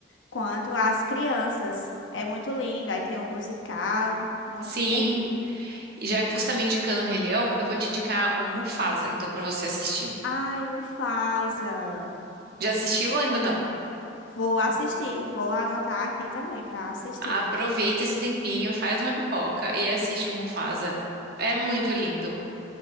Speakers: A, on the left (about 85°); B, on the right (about 55°).
A: quanto as crianças. É muito lindo, aí tem um musical, muito
B: Sim.
A: divertido.
B: E já que você tá me indicando o Rei Leão, eu vou te indicar o Mufasa, então, pra você assistir.
A: Ai, Mufasa,
B: Já assistiu ou ainda não?
A: vou assistir, vou anotar aqui também para assistir.
B: Aproveita esse tempinho, faz uma pipoca e assiste o Mufasa. É muito lindo.